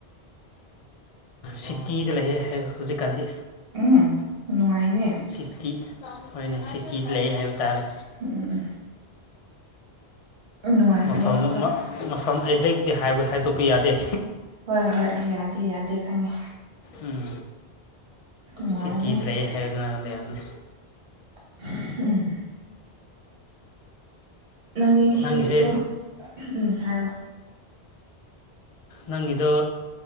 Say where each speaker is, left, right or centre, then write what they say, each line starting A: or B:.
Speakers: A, on the left; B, on the right.
A: ꯁꯤꯇꯤꯗ ꯂꯩꯌꯦ ꯍꯧꯖꯤꯛꯀꯥꯟꯗꯤ꯫
B: ꯎꯝ ꯅꯨꯡꯉꯥꯏꯅꯦ
A: ꯁꯤꯇꯤ ꯍꫭꯏꯅꯦ ꯁꯤꯇꯤꯗ ꯂꯩ ꯍꯥꯏꯕ ꯇꯥꯔꯦ꯫
B: ꯎꯝ꯫ ꯎꯝ ꯅꯨꯡꯉꯥꯏꯕꯅꯦ
A: ꯃꯐꯝ
B: ꯑꯗꯨꯗꯣ
A: ꯃꯐꯝ ꯑꯦꯖꯦꯛꯗꯤ ꯍꯥꯏꯕ ꯍꯥꯏꯗꯣꯛꯄ ꯌꯥꯗꯦ꯫
B: ꯍꯣꯏ ꯍꯣꯏ ꯌꯥꯗꯦ ꯌꯥꯗꯦ ꯈꯪꯉꯦ꯫
A: ꯎꯝ
B: ꯅꯨꯡꯉꯥꯏꯕꯅꯦ
A: ꯁꯤꯇꯤ ꯗ ꯂꯩ ꯍꯥꯏꯕꯅꯤꯅ ꯂꯩ ꯌꯥꯅꯤ꯫
B: <inaudible> ꯅꯪꯗꯤ ꯉꯁꯤ
A: ꯅꯪꯁꯦ,
B: ꯑꯗꯨꯝ ꯎꯝ ꯍꯥꯏꯔꫭ꯫
A: ꯅꯪꯒꯤꯗꯣ,